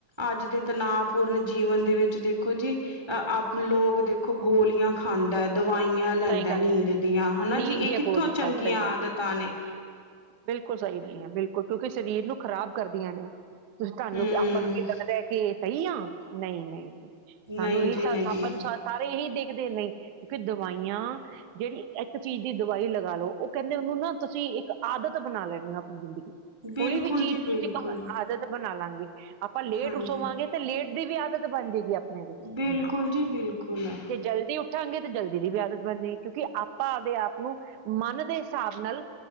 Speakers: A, on the right; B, on the right.
A: ਅੱਜ ਦੇ ਤਨਾਅ ਪੂਰਨ ਜੀਵਨ ਦੇ ਵਿੱਚ ਦੇਖੋ ਜੀ, ਅਹ ਆਪ ਲੋਕ ਦੇਖੋ ਖ ਗੋਲੀਆਂ ਖਾਂਦਾ ਦਵਾਈਆਂ ਲੈਂਦਾ,
B: ਸਹੀ ਗੱਲ
A: ਨੀਂਦ
B: ਹੈ
A: ਦੀਆਂ ਹਨਾ
B: ਨੀਂਦ
A: ਜੀ ਇਹ
B: ਦੀਆਂ
A: ਕਿੱਥੋਂ
B: ਗੋਲੀ
A: ਚੰਗੀਆਂ
B: ਹਾਂ ਸਹੀ ਗੱਲ ਹੈ।
A: ਆਦਤ ਤਾ ਨੇ।
B: ਬਿਲਕੁਲ ਸਹੀ ਨਹੀਂ ਐ, ਬਿਲਕੁਲ ਕਿਉਂਕਿ ਸ਼ਰੀਰ ਨੂੰ ਖਰਾਬ ਕਰਦੀਆਂ ਨੇ। ਤੁਸੀਂ ਤੁਹਾਂਨੂੰ
A: ਹਮ
B: ਆਪਾਂ ਨੂੰ ਕੀ ਲੱਗਦਾ ਕਿ ਸਹੀ ਆ, ਨਹੀਂ- ਨਹੀਂ- ਨਹੀਂ।
A: ਨਹੀਂ
B: ਸਾਨੂੰ ਇਹੀ
A: ਜੀ
B: ਸਭ
A: ਨਹੀਂ
B: ਆਪਾਂ ਨੂੰ ਸਾਰੇ ਇਹੀ ਦੇਖਦੇ ਨੇ, ਕਿਉਂਕਿ ਦਵਾਈਆਂ ਜਿਹੜੀ ਇੱਕ ਚੀਜ਼ ਦੀ ਦਵਾਈ ਲਗਾ ਲਓ, ਉਹ ਕਹਿੰਦੇ ਉਹਨੂੰ ਨਾ ਤੁਸੀਂ ਇੱਕ ਆਦਤ ਬਣਾ ਲੇਨੇ ਆ ਆਪਣੀ ਜ਼ਿੰਦਗੀ
A: ਬਿਲਕੁਲ
B: ਕੋਈ ਵੀ ਚੀਜ਼
A: ਜੀ
B: ਨੂੰ
A: ਬਿਲਕੁਲ
B: ਤੁਸੀਂ ਕਹੋ ਆਦਤ ਬਣਾ ਲਾਂਗੇ ਆਪਾਂ ਲੇਟ
A: ਹਾਂਜੀ
B: ਉਠਵਾਂਗੇ। ਤੇ ਲੇਟ ਦੀ ਵੀ ਆਦਤ ਬਣ ਜਾਏਗੀ ਆਪਣੇ ਵਿੱਚ,
A: ਬਿਲਕੁਲ ਜੀ ਬਿਲਕੁਲ ਹੈ
B: ਜੇ ਜਲਦੀ ਉਠ ਉੱਠਾਂਗੇ ਤੇ ਜਲਦੀ ਦੀ ਵੀ ਆਦਤ ਬਣ ਜਾਏਗੀ, ਕਿਉਂਕਿ ਆਪਾਂ ਆਪਦੇ ਆਪ ਨੂੰ ਮਨ ਦੇ ਹਿਸਾਬ ਨਾਲ